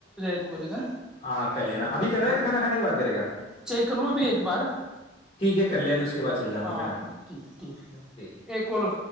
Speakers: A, in the centre; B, on the left.
A: تو بولے گا
B: ہاں ک لینا ابھی
A: نا
B: کر رہے گا کھانا کھانے کی بات کرے گا
A: چیک کر لو ابھی ایک بار
B: ٹھیک ہے کل ل اب اس کے بعد چل جاؤں
A: ہاں
B: گا کھانا کھانا
A: ٹھیک ٹھیک
B: ٹھیک
A: ایک کالو